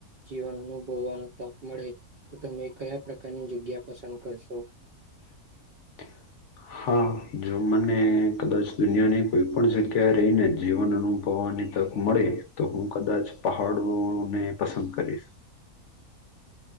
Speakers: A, on the right; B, on the left.
A: જીવન અનુભવ હોવા તક મળે તો તમે કયા પ્રકારની જગ્યા પસંદ કરશો?
B: <inaudible> હા જો મને કદાચ દુનિયાની કોઈ પણ જગ્યાએ જઈને જીવન અનુભવવાની તક મળે તો હું કદાચ પહાડોને પસંદ કરીશ. <inaudible>